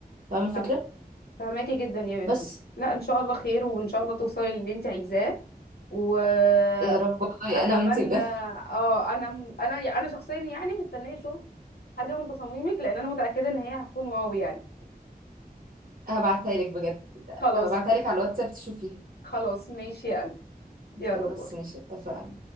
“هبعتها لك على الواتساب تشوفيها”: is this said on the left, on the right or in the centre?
Right